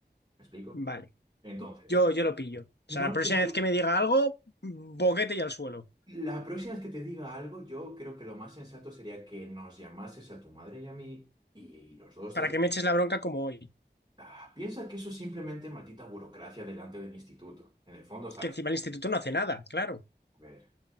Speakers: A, on the right; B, on the left.
A: ¿Me explico?
B: Vale,
A: Entonces,
B: yo, yo lo pillo. O
A: no
B: sea, la próxima
A: sé si-
B: vez que me diga algo, boquete y al suelo.
A: la próxima vez que te diga algo, yo creo que lo más sensato sería que nos llamases a tu madre y a mí y, los dos
B: Para que me eches la bronca como hoy.
A: Ah, piensa que eso es simplemente maldita burocracia delante del instituto. En el fondo, sabes.
B: Que encima el instituto no hace nada, claro.
A: A ver,